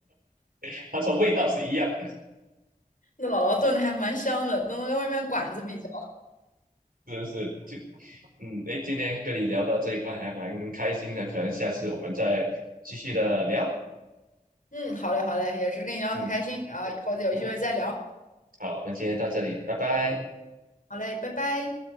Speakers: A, on the right; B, on the left.
A: <laughs> 他说味道是一样的，
B: 那姥姥炖的还蛮香的，都能跟外面馆子比较。
A: 是不是？就嗯，哎，今天跟你聊到这一块还蛮开心的，可能下次我们再继续的聊。
B: 嗯，好嘞，好嘞，也是跟你聊得很开心，
A: 嗯，
B: 然后以后有机会再聊。
A: 那好，我们今天到这里，拜拜。
B: 好嘞，拜拜。